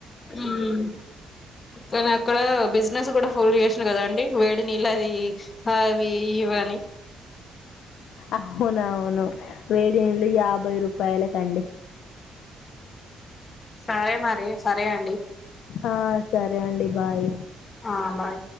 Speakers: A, on the left (about 35°); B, on the left (about 75°).
A: ఉమ్ కానీ అక్కడ బిజినెస్ కూడా ఫుల్ చేసిన కదండి, వేడి నీళ్లది అవి ఇవనీ
B: అవును, అవును. వేడి నీళ్ళు యాభై రూ పాయల కండి.
A: సరే మరి, సరే అండి.
B: ఆ సరే అండి బాయ్.
A: ఆ బాయ్